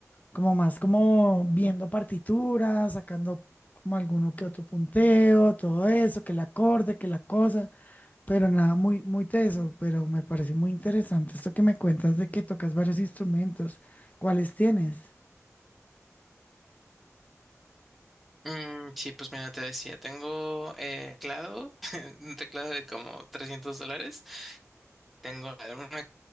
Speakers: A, on the left (about 30°); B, in the centre.
A: como más como viendo partituras, sacando como alguno que otro punteo, todo eso, que el acorde, que la cosa. Pero nada, muy, muy teso, pero me parece muy interesante esto que me cuentas de que tocas varios instrumentos. ¿Cuáles tienes?
B: Mm, sí, pues mira, te decía, tengo eh, teclado, <laughs> un teclado de como trescientos dólares Tengo una